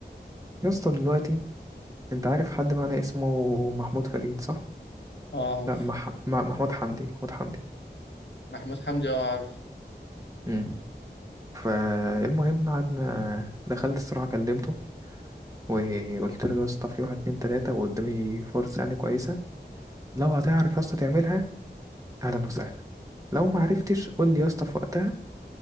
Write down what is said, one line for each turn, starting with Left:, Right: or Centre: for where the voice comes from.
Right: يا اسطى دلوقتي انت عارف حد معانا اسمه محمود فريد صح
Left: اه عارف
Right: لا مح... مح- محمود حمدي محمود حمدي
Left: محمود حمدي اه عارف
Right: مم. فالمهم قعدنا دخلت الصراحة كلمته وقلت له يا اسطى في واحد اتنين تلاتة وقدامي فرصة يعني كويسة لو هتعرف يا اسطى تعملها أهلا وسهلا لو ما عرفتش قول لي يا اسطى في وقتها